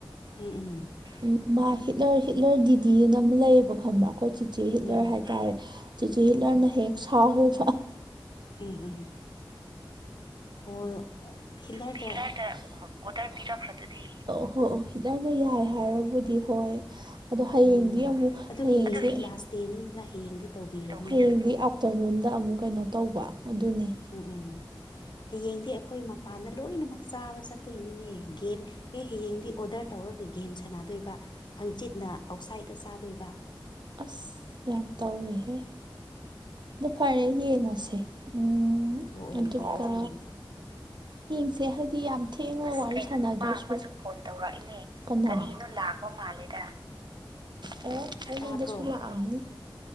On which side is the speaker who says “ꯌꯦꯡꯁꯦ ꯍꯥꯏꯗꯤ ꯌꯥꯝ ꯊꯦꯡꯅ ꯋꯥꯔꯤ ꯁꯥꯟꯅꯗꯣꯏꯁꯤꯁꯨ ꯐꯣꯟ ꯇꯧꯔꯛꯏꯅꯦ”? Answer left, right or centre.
Right